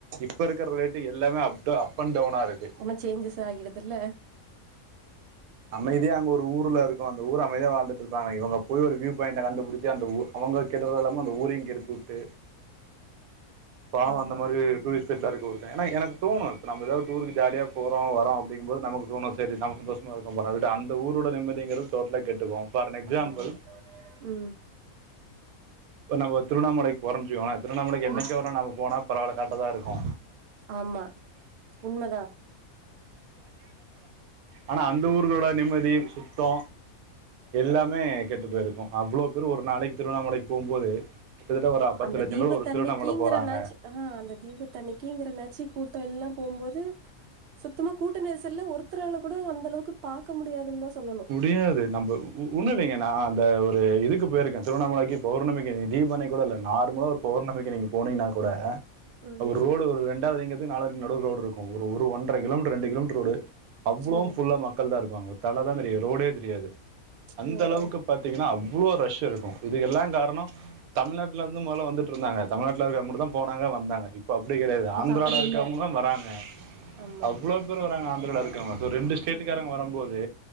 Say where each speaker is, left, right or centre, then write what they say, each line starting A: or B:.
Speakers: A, on the right; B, on the right.
A: இப்ப இருக்கர் லேட்டு எல்லாமே up to up and டவுனாருக்கு.
B: ம்ப changes ஆகிடுதில்ல.
A: அமைதியா அங்க ஒரு ஊர்ல இருக்கு அந்த ஊர் அமைதியா வாழ்ந்துட்ருப்பாங்க இவுங்க போய் ஒரு வியூ பாயிண்ட கண்டுபிடிச்சு அந்த ஊ அவுங்க கெட்டது இல்லாம அந்த ஊரயு கெடுத்து உட்டு பாவோ
B: ஆமா
A: அந்த மாரி டூரிஸ்ட் செட்லாருக்குவு இருக்கே ஏனா எனக்கு தோணு இப்போ நாம்ப எதா ஒர் டூருக்கு ஜாலியா போறோ வரோ அப்டிங்கும்போது நமக்கு தோணு சேரி நம்ம சந்தோஷமா இருக்கனும் போறோ அதுக்டு அந்த ஊரோட நிம்மதிங்கிறது டோட்லா கெட்டு போவு ஃபார் ஏன் எக்ஸாம்பிள்
B: ஆமா ம்.
A: இப்ப நம்ப திருவண்ணாமலைக் போறோன் வெச்ங்கோங்ளே திருவண்ணாமலைக்கு என்னைக்கா
B: ம்
A: ஒருநாள் நாம போனா பரவால கரட்டாதாருக்கு
B: ஆமா உண்மதா.
A: ஆனா அந்த ஊர்களோட நிம்மதி சுத்தோ எல்லாமே கெட்டு போயிருக்கு அவ்ளோ பேரு ஒரு நாளைக்கு திருவண்ணாமலைக் போம்போது கிட்டத்தட்ட ஒரு அ பத்து
B: அந்த
A: லட்சம்
B: தீபத்தன்னைக்கிங்கிறனாச்சு
A: பேரு ஒரு திருவண்ணாமல போறாங்க.
B: ஆ அந்த தீபத்தன்னிக்கிங்கிற நாச்சி கூட்டோ எல்லா போம்போது சுத்தமா கூட்ட நெரிசல்ல ஒருத்தரால கூட அந்த அளவுக்கு பாக்க முடியாதுன் தா சொல்லணு.
A: முடியாது நம்ம ஒ ஒ ஒன்னுலைங்க நா அந்த ஒரு இதுக்கு போயிருக்கே திருவண்ணாமலைக்கு பௌர்ணமிக்கு தீபன்னைக்கூட இல்ல நார்மலா ஒரு பௌர்ணமிக்கு நீங்க போனீங்ன்னா கூட அ
B: ம்
A: ஒரு ரோடு ஒரு ரெண்டாவதுலிங்கத்துக்கு நாலாலிங் நடுவுல ரோடிருக்கு ஒரு ஒரு ஒன்றர கிலோமீட்ரு ரெண்டு கிலோமீட்ரு ரோடு அவ்ளோவு
B: ம்
A: ஃபுல்லா மக்கள் தா இருப்பாங்க தலதா தெரியு ரோடே தெரியாது அந்தளவுக்கு
B: ம்
A: பாத்தீங்கன்னா அவ்வளோ ரஷ் இருக்கு இதுக்கெல்லா காரணோ தமிழ்நாட்ல இருந்து மொதல வந்துட்ருந்தாங்க தமிநாட்ல இருக்கவங் மட்டுந்தா போனாங்க வந்தாங்க இப் போ அப்டி கெடையாது ஆந்திராவுல
B: இப்ப அப்படி
A: இருக்கவங்களு
B: இல்ல
A: வராங்க
B: ஆமா
A: அவ்வளோ பேரு வராங்க ஆந்திராவ்ல இரு க்கவங்க சோ ரெண்டு ஸ்டேட்டுக்காரங்க
B: ம்
A: வரும்போது